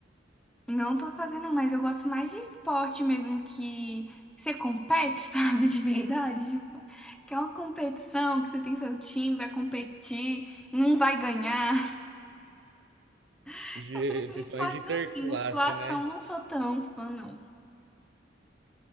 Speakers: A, in the centre; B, on the right.
A: Não tô fazendo mais. Eu gosto mais de esporte mesmo que que você compete, <laughs> sabe? De verdade. Tipo, que é uma competição, que você tem seu time, vai competir, não vai ganhar. <laughs>
B: De,
A: Eu prefiro
B: principalmente
A: esportes
B: de interclasse,
A: assim. Musculação,
B: né?
A: não sou tão fã, não.